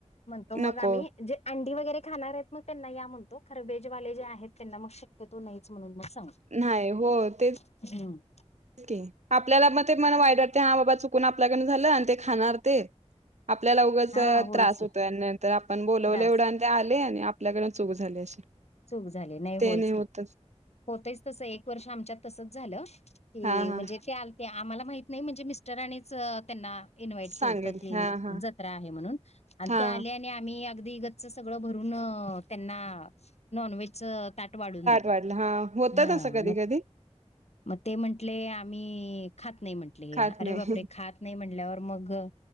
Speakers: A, on the left; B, on the right.
A: म्हणतो
B: नको
A: मग आम्ही जे अंडी वगैरे खाणार आहेत मग त्यांना या म्हणतो, खरं व्हेज वाले जे आहेत त्यांना मग शक्यतो नाहीच म्हणून मग सांग
B: नाही होय तेच
A: ह
B: की, आपल्याला मग ते मला वाईट वाटतय हा बाबा चुकून आपल्याकडन झालं आणि ते खाणार ते आपल्याला उगच
A: हा
B: अ
A: होयच
B: त्रास
A: की
B: होतोय आणि नंतर आपण बोलवलं
A: त्रास
B: एवढं आन ते आले आणि आपल्याकडन चूक झाली अशी.
A: चूक झाली, नाही
B: ते
A: होयच की
B: होतच
A: होतयच तसं एक वर्ष आमच्यात तसच झालं ते
B: हा हा
A: म्हणजे ते आलते आम्हाला माहित नाही म्हणजे मिस्टरानींच अ त्यांना इन्व्हाइट
B: सांगेल
A: केलत की,
B: हा हा
A: जत्रा आहे म्हणून आणि
B: हा
A: ते आले आणि नाय आम्ही अगदी गच्च सगळं भरून अ त्यांना नॉनव्हेज च ताट वाढून दिलं,
B: वाढलं हा होत
A: हा
B: तसं कधी
A: म
B: कधी
A: म ते म्हटले आम्ही खात नाही म्हंट ले,
B: खात
A: अरे
B: नाही
A: बापरे! खात नाही म्हणल्यावर मग अ